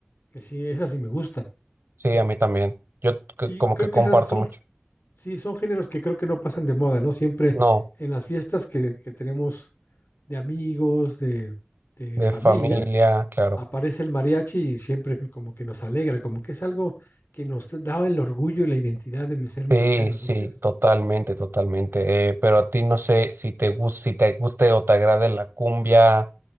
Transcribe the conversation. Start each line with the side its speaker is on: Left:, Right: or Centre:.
Left: que sí, esas sí me gustan.
Right: Sí, a mí también. Yo c-
Left: Y
Right: como
Left: creo
Right: que
Left: que
Right: comparto
Left: esas son,
Right: mucho.
Left: sí, son géneros que creo que no pasan de moda, ¿no? Siempre
Right: No,
Left: en las fiestas que, que tenemos de amigos, de, de
Right: de
Left: familia,
Right: familia, claro.
Left: aparece el mariachi y siempre como que nos alegra, como que es algo que nos da el orgullo y la identidad de ser mexicanos,
Right: Sí, sí,
Left: ¿no crees?
Right: totalmente, totalmente. Eh, pero a ti no sé si te gusta, si te guste o te agrade la cumbia